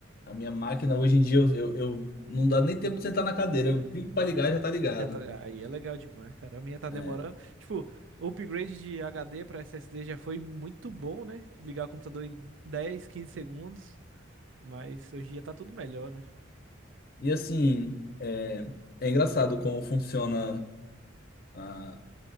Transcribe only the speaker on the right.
Já tá, aí é legal demais, cara. A minha tá
demorando. Tipo, o upgrade de HD pra SSD já foi muito bom, né? Ligar o computador em 10, 15 segundos. Mas hoje em dia tá tudo melhor, né?